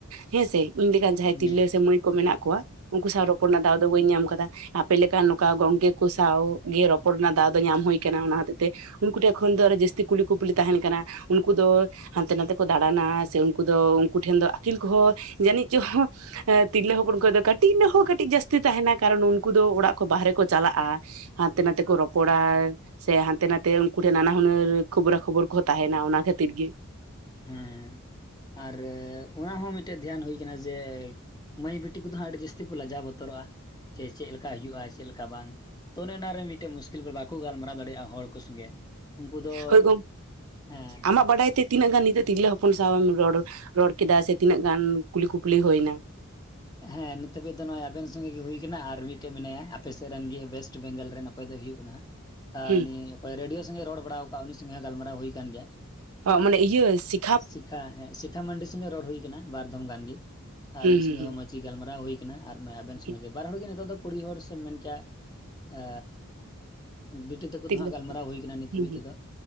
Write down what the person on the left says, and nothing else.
ᱦᱮᱸ
ᱦᱮᱸ ᱟᱨ ᱚᱱᱟ ᱦᱚ ᱢᱤᱫᱴᱮᱡ ᱫᱷᱮᱭᱟᱱ ᱦᱩᱭ ᱟᱠᱟᱱᱟ ᱡᱮ ᱢᱟᱹᱭ ᱵᱤᱴᱤ ᱠᱚᱫᱚ ᱦᱟᱸᱜ ᱟᱹᱰᱤ ᱡᱟᱹᱥᱛᱤ ᱠᱚ ᱞᱟᱡᱟᱣ ᱵᱚᱛᱚᱨᱚᱜᱼᱟ ᱡᱮ ᱪᱮᱫ ᱞᱮᱠᱟ ᱦᱩᱭᱩᱜᱼᱟ ᱪᱮᱫ ᱞᱮᱠᱟ ᱵᱟᱝ ᱛᱚ ᱚᱱᱮ ᱚᱱᱟᱨᱮ ᱢᱤᱫ ᱴᱮᱡ ᱢᱩᱥᱠᱤᱞ ᱵᱟᱠᱚ ᱜᱟᱞᱢᱟᱨᱟᱣ ᱫᱟᱲᱮᱭᱟᱜᱼᱟ ᱦᱚᱲ ᱠᱚ ᱥᱚᱸᱜᱮ ᱩᱱᱠᱩ ᱫᱚ
ᱦᱮᱸ
ᱦᱮᱸ ᱱᱤᱛ ᱦᱤᱡ ᱫᱚ ᱱᱚᱜᱼᱚᱭ ᱟᱵᱮᱱ ᱥᱚᱸᱜᱮ ᱜᱮ ᱦᱩᱭ ᱟᱠᱟᱱᱟ ᱟᱨ ᱢᱤᱫᱴᱮᱡ ᱢᱮᱱᱟᱭᱟ ᱟᱯᱮ ᱥᱮᱫ ᱨᱮᱱ ᱜᱮ ᱣᱮᱥᱴ ᱵᱮᱝᱜᱚᱞ ᱨᱮᱱ ᱚᱠᱚᱭ ᱫᱚᱭ ᱦᱩᱭᱩᱜ ᱠᱟᱱᱟ ᱦᱚ
ᱩᱱᱤ ᱚᱠᱚᱭ ᱨᱮᱰᱤᱭᱳ ᱥᱚᱸᱜᱮ ᱨᱚᱲ ᱵᱟᱲ ᱠᱟᱜ ᱩᱱᱤ ᱥᱚᱸᱜᱮ ᱦᱚᱸ ᱜᱟᱞᱢᱟᱨᱟᱣ ᱦᱩᱭ ᱟᱠᱟᱱ ᱜᱮᱭᱟ᱾
ᱥᱤᱷᱟ ᱦᱮᱸ ᱥᱤᱠᱠᱷᱟ ᱢᱟᱱᱰᱤ ᱥᱚᱸᱜᱮ ᱨᱚᱲ ᱦᱩᱭᱩᱠᱟᱱᱟ ᱵᱟᱨ ᱫᱷᱚᱢ ᱜᱟᱱᱜᱮ ᱟᱨ
ᱩᱱᱤ ᱥᱚᱸᱜᱮ
ᱦᱚᱸ ᱢᱚᱸᱡᱽ ᱤ ᱜᱟᱞᱢᱟᱨᱟᱣ ᱦᱩᱭ ᱟᱠᱟᱱᱟ ᱟᱨ ᱱᱚᱜᱼᱚᱭ ᱟᱵᱮᱱ ᱥᱚᱸᱜᱮ
ᱜᱮ ᱵᱟᱨ ᱦᱚᱲᱮ ᱱᱤᱛᱚᱜ ᱫᱚ ᱠᱩᱲᱤ ᱦᱚᱲ ᱥᱮᱢ ᱢᱮᱱ ᱠᱮᱭᱟ ᱟ ᱵᱤᱴᱤ ᱛᱟᱠᱚ
ᱫᱚ ᱦᱟᱸᱜ ᱜᱟᱞᱢᱟᱨᱟᱣ ᱦᱩᱭ ᱠᱟᱱᱟ ᱱᱤᱛ
ᱦᱟᱹᱵᱤᱡ
ᱛᱮᱫᱚ